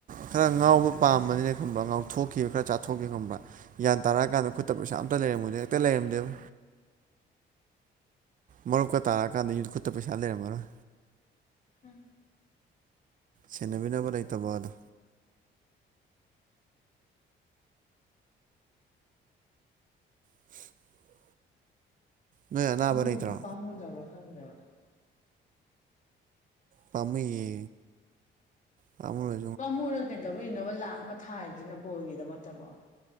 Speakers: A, on the right; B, on the left.
A: ꯈꯔ ꯉꯥꯎꯕ ꯄꯥꯝꯕꯅꯤꯅ ꯈꯪꯕ ꯉꯥꯎꯊꯣꯛꯈꯤ ꯈꯔ ꯆꯥꯊꯣꯛꯈꯤ ꯈꯪꯕ ꯌꯥ꯭ꯟ ꯇꯔꯛꯑꯀꯥꯟꯗ ꯈꯨꯠꯇ ꯄꯩꯁꯥ ꯑꯝꯇ ꯂꯩꯔꯝꯃꯨꯗꯦ ꯍꯦꯛꯇ ꯂꯩꯔꯝꯗꯦꯕ
B: <inaudible>
A: ꯃꯔꯨꯞꯀ ꯇꯥꯔꯥ ꯀꯥꯟꯗ ꯈꯨꯠꯇ ꯄꯩꯁꯥ ꯂꯩꯔꯝꯃꯔꯣꯏ
B: ꯑꯝ
A: ꯁꯦꯟꯅꯕꯤꯅꯕ ꯂꯩꯇꯕ ꯑꯗꯣ <inaudible> ꯅꯣꯏ ꯑꯅꯥꯕ
B: ꯑꯃꯨ
A: ꯂꯩꯇ꯭ꯔꯣ
B: ꯑꯗꯨꯝ ꯄꯥꯝꯃꯨꯗꯕ ꯈꯪꯗꯦꯕ
A: ꯄꯥꯝꯃꯨꯏꯌꯦ ꯄꯥꯝꯃꯨꯔ
B: ꯄꯥꯝꯃꯨꯔ ꯀꯩꯗꯧꯕꯔꯤꯅꯣꯕ ꯂꯥꯛ ꯑꯃ ꯊꯥꯗꯣꯏꯅ ꯕꯣꯔꯜꯒꯤꯗꯃꯛꯇꯕ